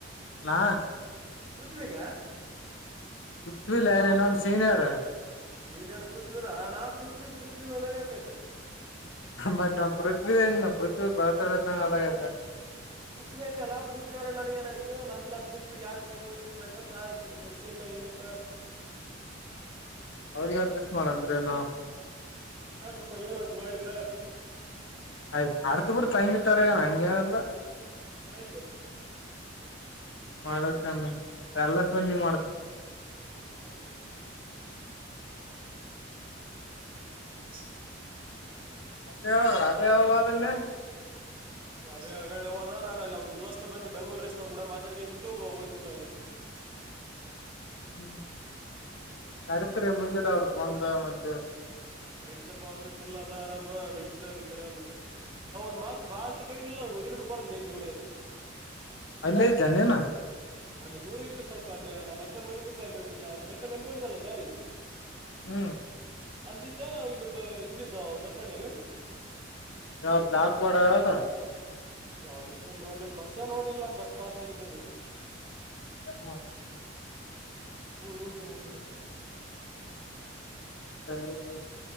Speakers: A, on the left (about 75°); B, on the right (about 25°).
A: ನಾ
B: ಪೃಥ್ವಿಗ
A: ಪತ್ವಿಲ್ ಯಾರ ನಮ್ ಸೀನಿಯರ್
B: ಸೀನಿಯರ್ ಪೃಥ್ವಿನ ನಾ ಪೃಥ್ವ ಪೃಥ್ವೀ ಒನಾಗ ಹಾಕ್ದ
A: ಮತ್ತ್ ಪೃಥ್ವಿ ಏನ್ ಪೃಥ್ವಿ ಬರತಾಡದಂಗ ಅದಾಗ
B: ಪೃಥ್ವಿ ಅಲ್ಲ ಪೃಥ್ವಿ ಅವರ ನನ ಏನಯ್ು ನಮ್ಲಾಸ್ ಪಥ್ಿಗೆ ಯಾಕ್ ವಿಶ್ ಮಾಡಿದ ನಾ ಎಂತೀನಿ ಪರಿಚಯ ಇಲ್ಲ ಏನೆಲ್ಲ
A: ಅವ್ರ ಯಾವ ಕಿಸ ಮಾಡನ್್ರನಾ
B: ಹಾಕಪ್ಪಾ ಏನದ್ದು ಮಾಡಿದೀರಾ
A: ಆಯ್ತು ಆಡ್ತ ಬಿಟ್ಟು ತಂಗಿತಾರ ಹಂಗೇನಲ್ಲ
B: ಆಯ್ತ್ ಮಾಯ್ತ್
A: ಮಾಡಲ್ ಚಂದ ಎಲ್ಲ ಸ್ ಬಂದಿ ಮಾಡತ
B: ಹಚ್ಚತ ಸಿತಿ
A: ಅದೇ ಅದೇ ಯಾವಾಗ ಅದನ್ನೇ
B: ಹಾಗೆ ಹೋದ ನಾನು ಅ ಒದೋಸ್ತ ಬಂದು ಬೆಂಗ್ಳೂರಲ್ಲಿ ಕೂಡ ಮಾತಾಡಗೆ ನಿಂತ ಹೋಗ್ಬಿಟ್ಟ ಬಸಿ
A: ಹ್ಮ್ ಅರಿತರಿ ಮುಂಜಲ ಅವರ ಬದ ಮತ್ತೆ
B: ನಡಿದ್ದಪ್ಪಾ ಒಂದೆ ಕುಲ್ಲ ಅದ ಆರಾಮ ನಡ್ದನಿ ಕರ ಅಂದ್ರ ಅವ ಒಂದ್ ಮಾತ್ ಬಾ ಅಂತ ಕರಲಿಲ್ಲದಿರದರು ಬರದ್ದು ಹೆಂಗೆ ಎವಡಡೆ
A: ಅಲ್ಲಿಲ್ಲಿ ಜೆ ನ
B: ಅಲ್ಲಿ ದೂರ ಇದ್ದು ಸ್ವಲ್ಪ ಅಲ್ಲಿ ನಮ್ಮ್ ಮೈತ್ತರ ಮನೆ ಮುಂದೆ ಅಲ್ಲಿ ನಮ್ಮತ್ತರ ಮನೆ ನೋಡಿದಲ್ಲ ದಾರಿ
A: ಹ್ಮ್
B: ಅಲ್ಲಿದ್ದ್ಯ ನಾ ಇಲ್ಲಿ ಇಲ್ಲಿದ್ದ ಬಸ್ ಸ್ಟ್ಯಾಂಡ್ಗ
A: ಹಾಗ ಜಾಗ ಪಡ್ಯ
B: ಹೌದಿತ್ತು ನೋಡ್ಲಲ್ ಬಸ್ಸೇ ನೋಡಿಲ್ ನನ್ ಬಸ್ ಪಾಸ್ ಆಗಿದ್ದದ
A: ಹಾ
B: ಯ್ಬಟ್ಟ ಹ
A: ಹೌ ಹಾ